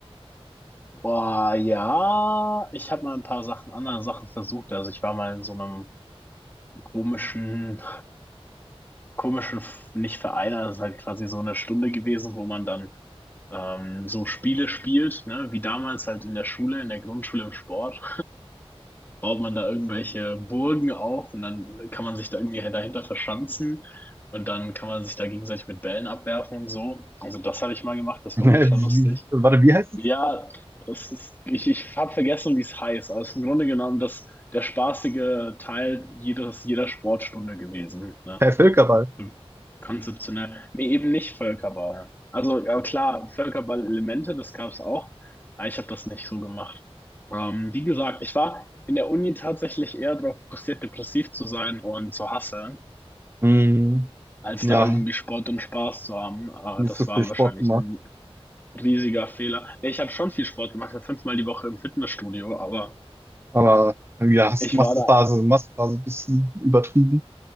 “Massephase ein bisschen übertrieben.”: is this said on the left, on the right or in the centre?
Right